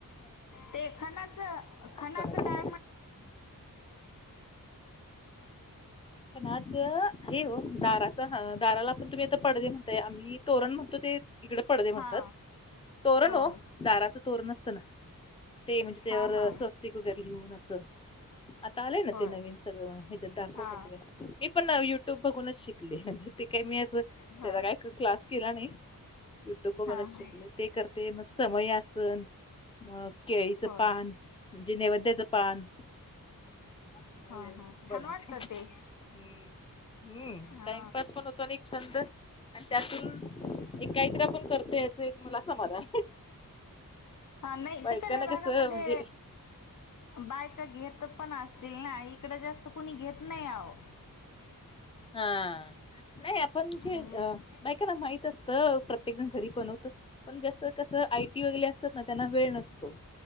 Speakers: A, on the left; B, on the left.
A: ते खणाचं खणाचं
B: बनवते
A: काय म्हण
B: पण आच हे हो दाराचा दाराला पण तुम्ही आता पडदे म्हणताय आम्ही तोरण म्हणतो ते इकडे पडद म्हणतात
A: हा
B: तोरण
A: होय
B: हो दाराचं तोरण असतं ना ते म्हणजे त्यावर
A: हा हा
B: स्वस्तिक र लिहून असं आता आलंय ना
A: होय
B: ते नवीन सगळं ह्याच्यात दाखव
A: हा
B: मी पण युट्यूब बघूनच शिकले म्हणजे ते काही मी अस त्याचा
A: होय
B: काय क्लास केला नाही युट्यूब बघूनच
A: हा हा
B: शिकले ते करते मग समयसन मग केळीचं
A: होय
B: पान म्हणजे नैवद्याचं पान असं सगळं
A: हा हा छान
B: बनवते
A: वाटत ते
B: हम्म हम्म
A: हा
B: टाइमपास पण होत एक छंद आणि त्यातून एकाहीत्र पण करतो याच एक मला असा मलाा
A: हा नाही
B: बायकांना
A: तिकडल्या भागामध्ये
B: कसं म्हणजे
A: बायका घेत पण असतील ना इकड जास्त कुणी घेत नाही आहो
B: हा नाही आपण
A: हम्म
B: जे बायक ना माहितच तर प्रत्येक जण घरी पण होत पण जसं कसं आयटी वगैरे असतात ना त्यांना वेळ नसतो